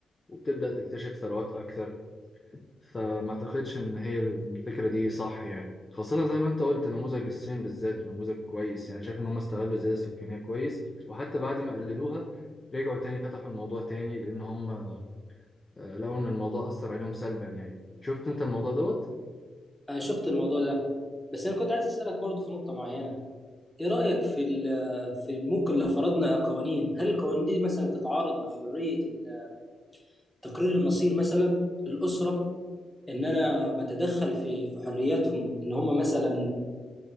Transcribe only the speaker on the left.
وبتبدأ تكتشف ثروات أكتر فما اعتقدش ان هي الفكره دي صح يعني خاصه زي ما انت قلت نموذج الصين بالذات نموذج كويس يعني شايف ان هم استغلوا الزياده السكانيه كويس وحتى بعد ما قللوها رجعوا تاني فتحوا الموضوع تاني لان هم آه، لقوا ان الموضوع اثر عليهم سلبا يعني شفت انت الموضوع دوت